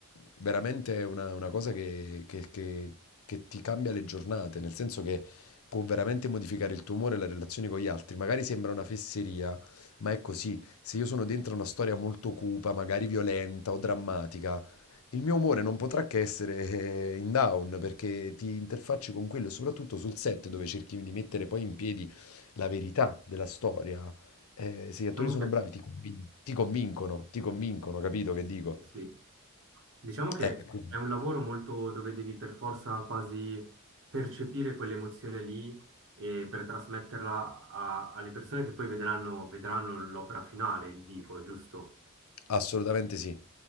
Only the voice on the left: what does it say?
veramente è una, una cosa che, che che- che ti cambia le giornate, nel senso che può veramente modificare il tuo umore e la relazione con gli altri. Magari sembra una fesseria, ma è così. Se io sono dentro una storia molto cupa, magari violenta o drammatica, il mio umore non potrà che essere eh, in down perché ti interfacci con quello e soprattutto sul set dove cerchi di mettere poi in piedi la verità della storia. eh, se gli
attori sono
bravi, ti convin- ti convincono, ti convincono, capito che dico?
Eh, quindi,
assolutamente sì.